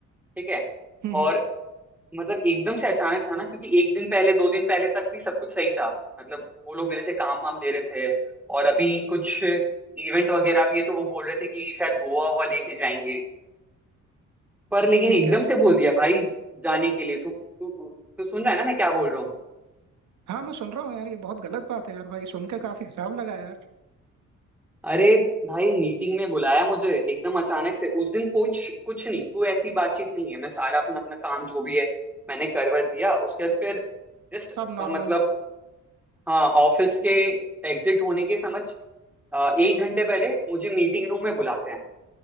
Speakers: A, in the centre; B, on the right.
A: ठीक है
B: हम्म हम्म
A: और मतलब एकदम से अचानक था ना क्योंकि एक दिन पहले दो दिन पहले तक भी सब कुछ सही था मतलब वो लोग मेरे से काम वाम ले रहे थे और अभी कुछ इवेंट वगैरह भी है तो वो बोल रहे थे कि शायद गोवा हुआ लेके जाएंगे पर लेकिन
B: ठीक
A: एकदम
B: है
A: से बोल दिया भाई जाने के लिए तू तू तू सुन रहा है ना मैं क्या बोल रहा हूँ
B: हाँ मैं सुन रहा हूँ यार ये बहुत गलत बात है यार भाई सुन के काफी खराब लगा यार
A: अरे भाई मीटिंग में बुलाया मुझे एकदम अचानक से उस दिन कुछ कुछ नहीं कोई ऐसी बातचीत नहीं है मैं सारा अपना अपना काम जो भी है मैंने करवर दिया उसके बाद फिर जस्ट
B: सब नॉर्मल
A: मतलब हाँ ऑफिस के एग्जिट होने के समझ अ, एक घंटे पहले मुझे मीटिंग रूम में बुलाते हैं